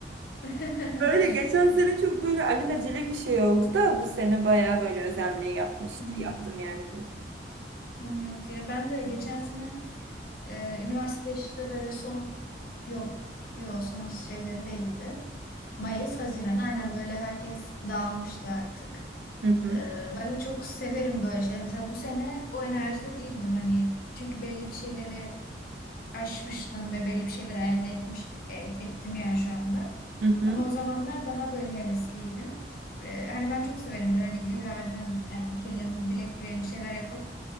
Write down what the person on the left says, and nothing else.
<laughs>
Hmm.
Evet ya ben de geçen sene e, üniversitede işte böyle son yok yok son şeyleri değildi. Mayıs, Haziran aynen böyle herkes dağılmıştı artık.
E, ben de çok severim böyle şeyler. Mesela bu sene o enerjide değildim hani çünkü belli bir şeyleri aşmıştım ve belli bir şeyleri elde etmiş et- ettim yani şu anda.
Ama o zamanlar daha böyle hevesliydim. E, hani ben çok severim böyle hani gül ağacına di- yani dikelim, dilek dileyelim, bir şeyler yapalım.